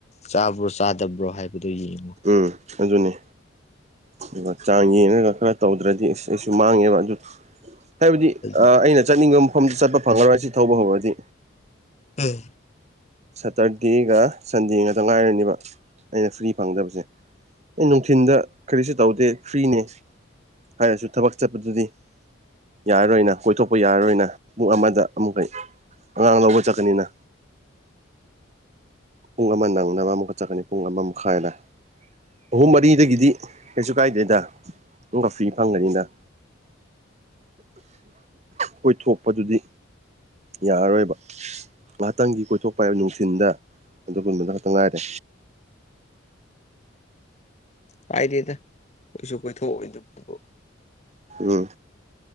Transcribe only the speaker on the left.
ꯆꯥꯕ꯭ꯔꯣ ꯆꯥꯗꯕ꯭ꯔꯣ ꯍꯥꯏꯕꯗꯨ ꯌꯦꯡꯉꯣ
ꯑꯗꯨ
ꯑꯦ
ꯀꯥꯏꯗꯦꯗ ꯀꯣꯏꯁꯨ ꯀꯣꯏꯊꯣꯛ ꯑꯣꯏꯗꯕꯗꯨꯕꯨ